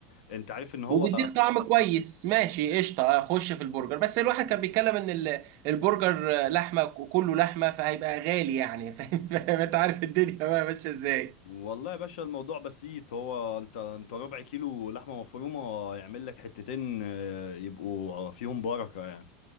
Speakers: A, on the left; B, on the right.
A: انت عارف ان هو
B: وبيديك طعم كويس ماشي قشطه اخش في البرجر بس الواحد كان بيتكلم ان ال- البرجر لحمه كله لحمه فهيبقى غالي يعني <laughs> فاهم فاهم؟ انت عارف الدنيا بقى ماشيه ازاي
A: والله يا باشا الموضوع بسيط هو انت انت ربع كيلو لحمه مفرومه يعمل لك حتتين آه، يبقوا فيهم بركه يعني